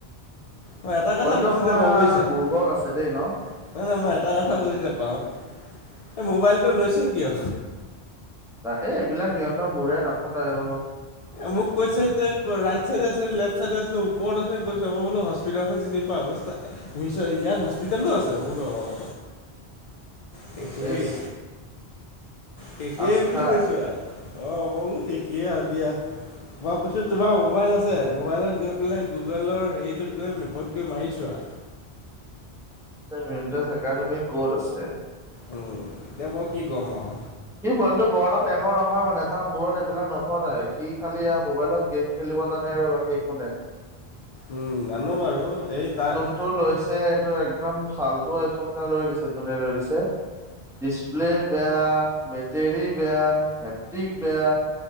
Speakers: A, on the left; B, in the centre.
A: মই এটা কথা
B: পোৱালিটো
A: বুজি
B: অকমান
A: নাপাওঁ বুজিছা
B: বুৰ্বক আছে দেই
A: -
B: ন
A: নাই নাই মই এটা কথা বুজি নাপাওঁ, এই মোবাইলটো লৈছে কিয়?
B: ত এ এইবিলাক সিহঁতৰ মোৰে নখটায় অ।
A: মোক কৈছে তে ৰাইট চাইডে আছে নে, লেফট ছাইডে আছে নে, ওপৰত আছে নে কত আছে? মই বোলো হস্পিটেলখন চিনি পাওঁ কৈছো তাক - তুমি চোৱা ইয়াত হস্পিতেলো আছে, মই বোলো অ-
B: <inaudible>
A: শেষেই,
B: চেচ
A: শেষেই
B: আস্থা
A: বুলি কৈছো আও। অঁ, মই বুলো শেষেই আও দিয়া। মই কৈছোঁ তোমাৰ মোবাইল আছে মোবাইলত গৈ পেলাই গুগলৰ হেৰিটোত গৈ মেপত গৈ মাৰিছো -
B: চাৰ ভিউনন্টেচ একাডেমি কত আছে?
A: ওম, এতিয়া মই কি ক'ম আও!
B: সি পোৱালিটো বৰ এটা টেঙৰ নহয় মানে তাৰ মূৰত এইবিলাক নখটাই সি খালি আও মোবাইলত - গেম খেলিব জানে আৰু বাকী একো নাই।
A: উম জানো বাৰু এই তাৰ -
B: টো লৈছে এইটো একদম ফালতো আইফোন এটা লৈ দিছে যোনে লৈ দিছে। ডিছপ্লে বেয়া, বেটেৰী বেয়া, হেপটিক বেয়া,